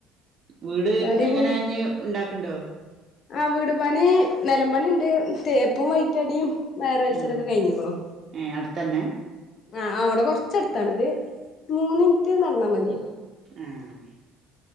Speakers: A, on the right; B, on the left.
A: വീട്
B: തടി
A: എങ്ങനെ
B: കൂടി
A: ഇനി ഇണ്ടാക്ക്ണ്ടോ
B: ആഹ് വീട് പണി നിലമ്പണി ഇണ്ട് തേപ്പും വൈറ്റടിയും ഞായറാഴ്ച്ചലൊക്കെ
A: ഉം
B: കഴിഞ്ഞിക്കുണ്
A: ഏഹ് അടുത്തന്നെ
B: ആഹ് അവിടെ കൊറച്ചടുത്താണ് ഒരു മൂന്ന് മിനിറ്റ് നടന്നാ മതി
A: ആഹ്